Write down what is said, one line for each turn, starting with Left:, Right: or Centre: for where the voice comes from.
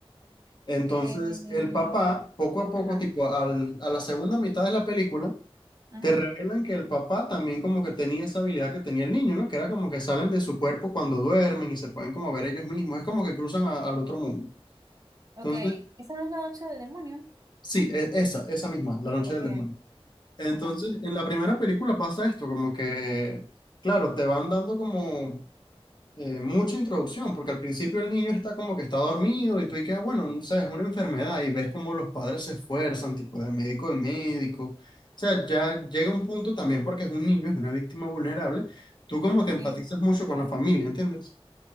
Left: Entonces,
Right: Eh,
Left: el papá, poco a poco,
Right: ajá.
Left: tipo al- a la segunda mitad de la película,
Right: ujú.
Left: te revelan que el papá también como que tenía esa habilidad que tenía el niño, ¿no? Que era como que salen de su cuerpo cuando duermen y se pueden como ver ellos mismos. Es como que cruzan a- al otro mundo.
Right: Ok.
Left: Entonces,
Right: ¿Esa no es la noche del demonio?
Left: sí, e- esa, esa misma, La Noche
Right: Ok.
Left: del Demonio. Entonces,
Right: Ajá.
Left: en la primera película pasa esto, como que, claro, te van dando como eh, mucha introducción, porque al principio el niño está como que está dormido y tú y queda bueno, no sé, es una enfermedad y ves como los padres se esfuerzan, tipo de médico en médico. O sea, ya llega un punto también porque es un niño, es una víctima vulnerable, tú como que empatizas
Right: Sí,
Left: mucho con la familia, ¿entiendes?